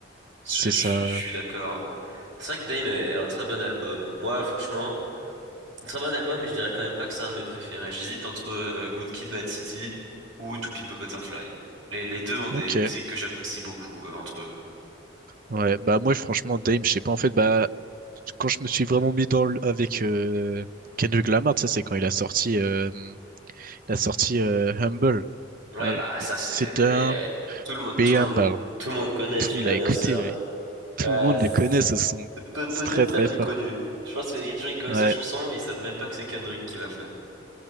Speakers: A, on the right; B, on the right.
A: Je,
B: C'est
A: je- je
B: ça.
A: suis d'accord. C'est vrai que Dame est un très bon album. Moi, franchement, un très bon album, mais je dirais quand même pas que c'est un de mes préférés. J'hésite entre euh, Good Kid, Bad City ou To Pimp a Butterfly. Les, les deux ont des
B: Ok.
A: musiques que j'apprécie beaucoup euh, entre eux.
B: Ouais. Bah, moi, franchement, Dame, je sais pas. En fait, bah, quand je me suis vraiment mis dans le, avec euh, Kendrick Lamar, tu sais, c'est quand il a sorti, euh, il a sorti euh, Humble.
A: Ouais,
B: Alors,
A: bah ça c'est...
B: C'est
A: ouais.
B: un
A: Tout le monde,
B: Be
A: tout le
B: Humble.
A: monde, tout le monde connaît
B: Tout
A: celui-là,
B: l'a
A: bien
B: écouté,
A: sûr.
B: Tout
A: Ouais,
B: le monde
A: c'est
B: les connaît, ce son.
A: peut- peut-être
B: C'est très
A: sa
B: très
A: plus
B: fort.
A: connue. Je pense qu'il y a des gens qui connaissent
B: Ouais,
A: la chanson et ils savent même pas que c'est Kendrick qui l'a fait.